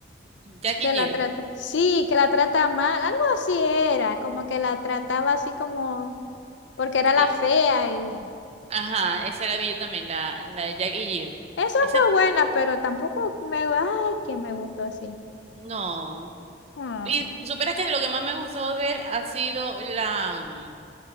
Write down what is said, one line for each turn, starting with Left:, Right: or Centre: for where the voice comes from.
Right: Jack
Left: que
Right: y Jill.
Left: la trata, sí, que la trata mal, algo así era, como que la trataba así como, porque era la
Right: Sí,
Left: fea y
Right: ajá, esa la vi yo también, la, la de Jack y Jill.
Left: esa
Right: Esa,
Left: fue buena, pero tampoco me, ay, que me gustó así.
Right: no.
Left: Mm.
Right: Y supieras que lo que más me gustó de él ha sido la, mm,